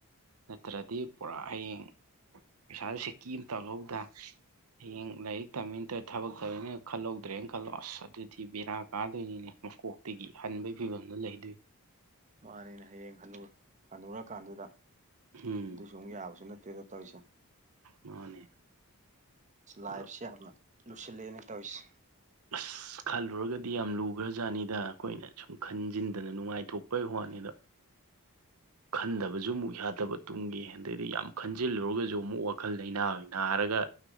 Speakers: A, on the right; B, on the right.
A: ꯅꯠꯇ꯭ꯔꯗꯤ ꯄꯨꯔꯥ ꯍꯌꯦꯡ ꯄꯩꯁꯥꯗ ꯁꯦꯀꯤ ꯑꯃꯇꯍꯧꯕꯗ ꯍꯌꯦꯡ ꯂꯥꯏꯔꯤꯛ ꯇꯝꯃꯤꯟꯅꯠꯇ ꯊꯕꯛ ꯇꯧꯔꯤꯅ ꯈꯜꯍꯧꯗ꯭ꯔꯦꯅ ꯈꯜꯂꯣ ꯑꯁ ꯑꯗꯨꯗꯤ ꯕꯦꯔꯥ ꯀꯥꯗꯣꯏꯅꯤꯅꯦ ꯃꯀꯣꯛ ꯇꯒꯤ ꯍꯟꯕꯒꯤ ꯐꯤꯕꯝꯗꯨꯣ ꯂꯩꯗꯣꯏꯏ
B: <unintelligible> ꯃꯥꯅꯦꯅ ꯍꯌꯦꯡ ꯍ ꯍꯜꯂꯨꯔꯀꯥꯟꯗꯨꯗ
A: ꯎꯝ
B: ꯑꯗꯨꯁꯨ ꯑꯃꯨꯛ ꯌꯥꯕꯁꯨ ꯅꯠꯇꯦ ꯇꯁꯦ
A: ꯃꯥꯅꯦ
B: ꯂꯥꯏꯐꯁꯤꯦ
A: ꯑꯗꯣ
B: ꯌꯥꯝꯅ ꯂꯨꯁꯤꯜꯂꯛꯑꯦꯅ ꯇꯧꯔꯤꯁꯦ <unintelligible>
A: ꯑꯁ ꯈꯜꯂꯨꯔꯒꯗꯤ ꯌꯥꯝ ꯂꯨꯈ꯭ꯔ ꯖꯥꯠꯅꯤꯗ ꯑꯩꯈꯣꯏꯅ ꯁꯨꯝ ꯈꯟꯖꯤꯟꯗꯅ ꯅꯨꯡꯉꯥꯏꯊꯣꯛꯄꯩ ꯋꯥꯅꯤꯗꯣ
B: ꯦ
A: ꯈꯟꯗꯕꯁꯨ ꯑꯃꯨꯛ ꯌꯥꯗꯕ ꯇꯨꯡꯒꯤ ꯑꯗꯩꯗꯤ ꯌꯥꯝ ꯈꯟꯖꯤꯜꯂꯨꯔꯒꯁꯨ ꯑꯃꯨꯛ ꯋꯥꯈꯜ ꯂꯩꯥꯏꯅꯥ ꯅꯥꯔꯒ